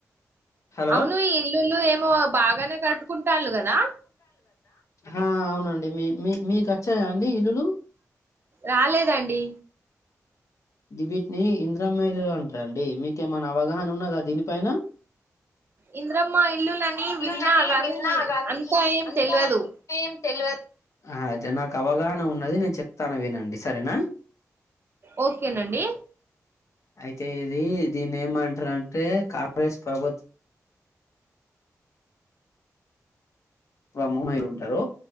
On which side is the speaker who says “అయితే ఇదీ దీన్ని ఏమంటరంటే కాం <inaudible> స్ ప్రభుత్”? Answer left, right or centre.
Left